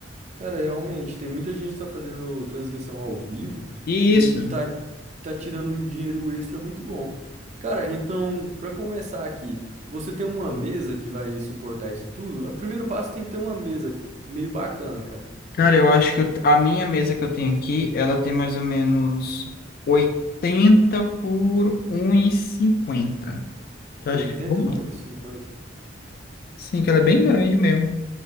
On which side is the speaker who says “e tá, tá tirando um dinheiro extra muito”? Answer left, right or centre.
Right